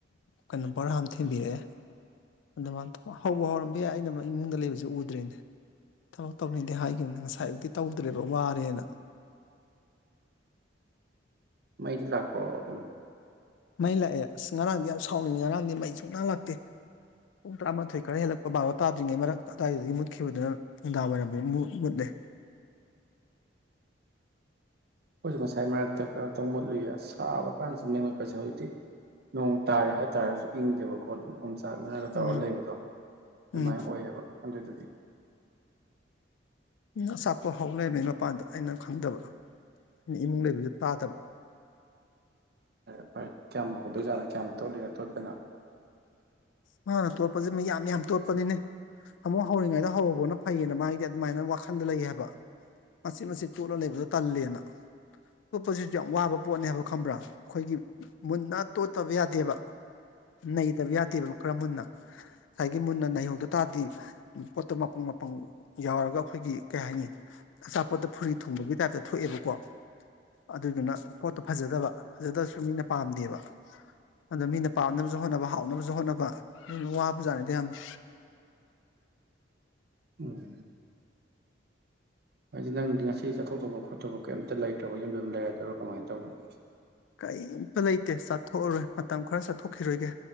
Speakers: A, on the left (about 75°); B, on the right (about 55°).
A: ꯀꯩꯅꯣ ꯕꯣꯔꯥ ꯑꯃ ꯊꯤꯟꯕꯤꯔꯛꯑꯦ ꯑꯗꯨ ꯃꯥꯅ ꯍꯧꯕ ꯍꯧꯔꯝꯕ ꯌꯥꯏ ꯑꯩꯅ ꯏꯃꯨꯡꯗ ꯂꯩꯕꯁꯨ ꯎꯗ꯭ꯔꯦꯅꯦ ꯊꯕꯛ ꯇꯧꯅꯤꯡꯗꯤ ꯍꯥꯏꯈꯤꯕꯅꯤ ꯉꯁꯥꯏꯕꯨꯛꯇꯤ ꯇꯧꯗ꯭ꯔꯦꯕ ꯋꯥꯔꯦꯅ
B: ꯃꯩꯗꯤ ꯂꯥꯛꯄꯣ ꯑꯗꯨꯝ
A: ꯃꯩ ꯂꯥꯛꯑꯦ ꯑꯁ ꯉꯔꯥꯡꯗꯤ ꯌꯥꯝ ꯁꯥꯎꯅꯤꯡꯉꯦ ꯉꯔꯥꯡꯗꯤ ꯃꯩ ꯁꯨꯡ ꯉꯥꯡ ꯂꯥꯛꯇꯦ ꯄꯨꯡ ꯇꯔꯥꯃꯥꯊꯣꯏ ꯈꯔ ꯍꯦꯜꯂꯛꯄ ꯕꯥꯔꯣ ꯇꯥꯗ꯭ꯔꯤꯉꯩ ꯃꯔꯛ ꯑꯗꯨꯗꯥꯋꯥꯏꯗꯨꯗꯒꯤ ꯃꯨꯠꯈꯤꯕꯗꯨꯅ ꯅꯨꯡꯗꯥꯡ ꯋꯥꯏꯔꯝ ꯃꯨꯠꯂꯦ
B: ꯑꯩꯈꯣꯏꯁꯨ ꯉꯁꯥꯏ ꯃꯔꯛꯇ ꯈꯩꯅ ꯇꯧ ꯃꯣꯠꯂꯨꯏ ꯑꯁ ꯁꯥꯕ ꯀꯥꯟꯁꯨ ꯃꯩ ꯃꯨꯠꯄꯁꯦ ꯍꯧꯖꯤꯛꯇꯤ ꯅꯣꯡ ꯇꯥꯔꯦ ꯍꯥꯏꯇꯥꯥꯔꯒꯁꯨ ꯏꯪꯗꯦꯕꯀꯣ ꯈ ꯑꯗꯨ <unintelligible> ꯆꯥꯛꯅꯔꯒ
A: ꯎꯝ
B: ꯇꯧꯔ ꯂꯩꯕꯗꯣ ꯑꯗꯨꯃꯥꯏꯅ
A: ꯎꯝ
B: ꯑꯣꯏꯌꯦꯕ ꯍꯗ ꯑꯗꯨꯗꯤ
A: ꯑꯆꯥꯄꯣ ꯍꯧꯥꯎ ꯂꯩꯔꯝꯕꯩ ꯃꯄꯥꯟꯗ ꯑꯩꯅ ꯈꯪꯗꯕ ꯑꯩꯅ ꯏꯃꯨꯡ ꯂꯩꯕꯁꯨ ꯇꯥꯗꯕ
B: ꯐꯔꯦ ꯐꯔꯦ ꯀꯌꯥꯝꯍꯧꯗꯣꯏꯖꯥꯠꯅꯣ ꯀꯌꯥꯝ ꯇꯣꯠꯂꯤꯅꯣ ꯇꯣꯠꯇꯅ
A: ꯃꯥꯅ ꯇꯣꯠꯄꯖꯦ ꯌꯥꯝ ꯌꯥꯝ ꯇꯣꯠꯄꯅꯤꯅꯦ ꯑꯃꯨꯛ ꯍꯧꯔꯤꯉꯩꯗ ꯍꯧꯧꯕꯅ ꯐꯩꯌꯦꯅ ꯃꯥꯒꯤꯗꯤ ꯑꯗꯨꯃꯥꯏꯅ ꯋꯥꯈꯜꯗ ꯂꯩ ꯍꯥꯏꯕ ꯃꯆꯦꯠ ꯃꯆꯦꯠ ꯇꯣꯠꯂ ꯂꯩꯕꯗ ꯇꯜꯂꯦꯅ ꯇꯣꯠꯄꯁꯤꯁꯨ ꯌꯥꯝ ꯋꯥꯕ ꯄꯣꯠꯅꯦ ꯍꯥꯏꯕ ꯈꯪꯕ꯭ꯔꯥ ꯑꯩꯈꯣꯏꯒꯤ ꯃꯨꯟꯅ ꯇꯣꯠꯇꯕ ꯌꯥꯗꯦꯕ ꯅꯩꯇꯕ ꯌꯥꯗꯦꯕ ꯈꯔ ꯃꯨꯟꯅ ꯉꯁꯥꯏꯒꯤ ꯃꯨꯟꯅ ꯅꯩꯍꯧꯗ ꯇꯥꯔꯗꯤ ꯄꯣꯠꯇꯣ ꯃꯄꯪ ꯃꯄꯪ ꯌꯥꯎꯔꯒ ꯑꯩꯈꯣꯏꯒꯤ ꯀꯩ ꯍꯥꯏꯅꯤ ꯑꯆꯥꯄꯣꯠꯇ ꯐꯨꯔꯤ ꯊꯨꯡꯕꯒꯤ ꯇꯥꯏꯞꯇ ꯊꯣꯛꯑꯦꯕꯀꯣ ꯑꯗꯨꯗꯨꯅ ꯄꯣꯠꯇꯣ ꯐꯖꯗꯕ ꯐꯖꯗꯕꯁꯨ ꯃꯤꯅ ꯄꯥꯝꯗꯦꯕ ꯑꯗꯣ ꯃꯤꯅ ꯄꯥꯝꯅꯕꯁꯨ ꯍꯣꯠꯅꯕ ꯍꯥꯎꯅꯕꯁꯨ ꯍꯣꯠꯅꯕ ꯎꯝ ꯋꯥꯕꯖꯥꯅꯤꯗ ꯌꯥꯝꯅ
B: ꯎꯝ ꯍꯥꯏꯗꯤ ꯅꯪꯗꯤ ꯉꯁꯤ ꯆꯠꯊꯣꯛ ꯇꯧꯕ ꯈꯣꯠꯇꯧꯕ ꯀꯩꯝꯇ ꯂꯩꯇ꯭ꯔꯕ ꯌꯨꯝꯗ ꯑꯗꯨꯝ ꯂꯩꯔꯗꯣꯏꯔꫭ ꯀꯃꯥꯏꯅ ꯇꯧꯕꯅꯣ
A: ꯀꯩꯝꯇ ꯂꯩꯇꯦ ꯆꯊꯣꯛꯑꯔꯣꯏ ꯃꯇꯝ ꯈꯔ ꯆꯠꯊꯣꯛꯈꯤꯔꯣꯏꯒꯦ